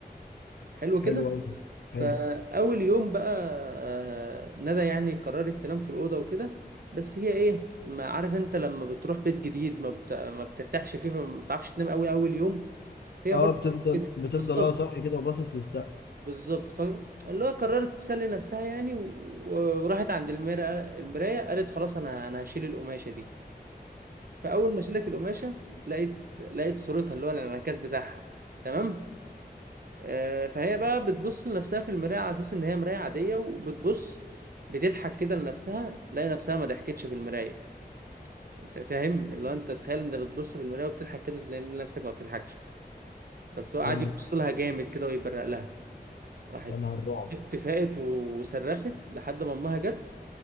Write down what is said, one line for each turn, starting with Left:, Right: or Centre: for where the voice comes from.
Right: حلو كده
Left: حلو قوي
Right: فاول
Left: حلو
Right: يوم بقى آه، ندى يعني قررت تنام في الاوضه وكده بس هي ايه ما عارف انت لما بتروح بيت جديد ما, بت... ما بترتاحش فيه فما بتعرفش تنام قوي اول يوم هي
Left: اه
Right: برضه
Left: بتفضل
Right: كده
Left: بتفضل
Right: بالظبط
Left: اه صاحي كده وباصص للسقف
Right: بالظبط فاللي هو قررت تسلي نفسها يعني و... و- وراحت عند المرايه المرايه قالت خلاص انا انا هشيل القماشه دي فاول ما شلت القماشه لقيت لقيت صورتها اللي هو الانعكاس بتاعها تمام آه، فهي بقى بتبص لنفسها في المراية على أساس إن هي مراية عادية وبتبص بتضحك كده لنفسها تلاقي نفسها ما ضحكتش في المراية ف- فاهم اللي هو أنت تخيل أنت بتبص في المراية وبتضحك كده تلاقي نفسك ما بتضحكش بس هو قعد
Left: يلا
Right: يبص لها جامد كده ويبرق لها راحت
Left: يا نهار رعب
Right: اتفقت وصرخت لحد ما أمها جت